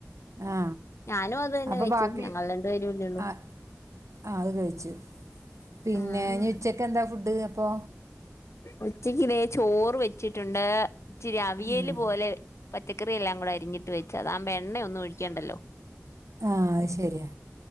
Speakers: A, on the right; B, on the left.
A: ആ
B: ഞാനും അത് തന്നെ
A: അപ്പൊ
B: കഴിച്ചു
A: ബാക്കിൾ
B: ഞങ്ങൾ രണ്ടുപേരുല്ലേള്ളൂ
A: ആ ആ അത് കഴിച്ച് പിന്നെ
B: ആഹ്
A: നി ഉച്ചക്ക് എന്താ ഫുഡ് അപ്പൊ
B: ഉച്ചക്ക് വേ ചോറ് വെച്ചിട്ടുണ്ട് ഇച്ചിരി അവിയല്
A: ഉം
B: പോലെ പച്ചക്കറി എല്ലാം കൂടെ അരിഞ്ഞിട്ട് വെച്ച അതാവുമ്പോ എണ്ണ ഒന്നും ഒഴിക്കേണ്ടല്ലോ
A: ആ അയ് ശരിയാ